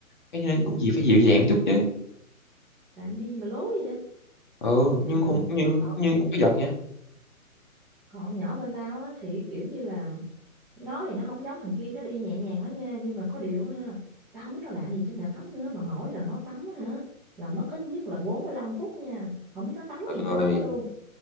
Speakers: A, on the left; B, in the centre.
A: cái nên cũng chỉ phải dịu dàng chút chứ
B: làm đi mà lố vậy á.
A: ừ nhưng
B: trời
A: không nhưng
B: còn
A: nhưng không có giật vậy á
B: còn nhỏ bên tao á thì kiểu như là nó thì nó không giống thằng kia nó đi nhẹ nhàng lắm nha nhưng mà có điều á ha tao không biết nó làm gì trong nhà tắm nữa mà mỗi lần nó tắm á hả là mất ít nhất là 45 phút nha không biết nó tắm
A: trời
B: gì trong
A: ơi
B: đó luôn